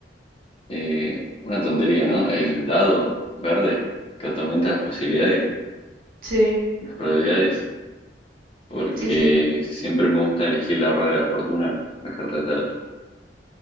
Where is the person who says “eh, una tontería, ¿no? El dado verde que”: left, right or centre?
Left